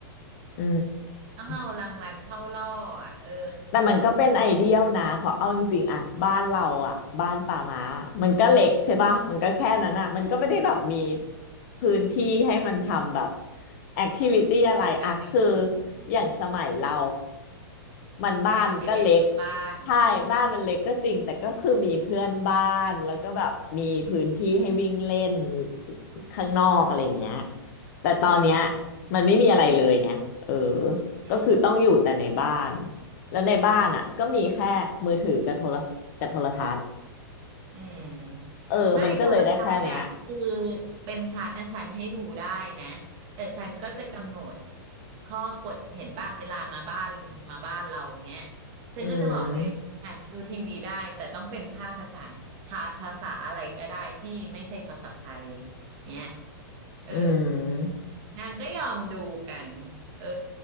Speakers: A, on the left; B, on the right.
A: อื
B: ต้องเอารางวัลเข้าล่ออ่ะเออ
A: ม แต่มันก็เป็นไอเดียลนะเพราะเอาจริงๆอะบ้านเราอะบ้านป่าม้ามันก็เล็กใช่ป่ะมันก็แค่นั้นอะมันก็ไม่ได้แบบมี
B: อืม
A: พื้นที่ให้มันทำแบบแอคทิวิตี้อะไรอะคือ
B: กิจกรรมอย่างอื่น
A: อย่างสมัยเรามันบ้านก็เล็ก
B: ออกไปเล่นนอกบ้าน
A: ใช่บ้านมันเล็กก็จริงแต่ก็คือมีเพื่อนบ้านแล้วก็แบบมีพื้นที่ให้วิ่งเล่นข้างนอกอะไรอย่างเงี้ยแต่ตอนเนี้ย
B: อืม
A: มันไม่มีอะไรเลยไงเออ
B: อืม
A: ก็คือต้องอยู่แต่ในบ้าน แล้วในบ้านอ่ะก็มีแค่มือถือกับโทรกับโทรทัศน์
B: อืม
A: เออมันก็เลยได้แค่เนี้ย
B: ไม่โทรทัศน์อะคือเป็นชั้นนะชั้นให้ดูได้นะแต่ชั้นก็จะกำหนดข้อกฎเห็นบ้างเวลามาบ้านมาบ้านเราเงี้ยฉันก็จะบอกเลยอ่ะดูทีวีได้แต่ต้องเป็นภาคภาษาภาภาษาอะไรก็ได้ที่ไม่ใช่ภาษาไทย
A: อืม
B: เนี้ยเออ
A: อืม
B: นางก็ยอมดูกันเออ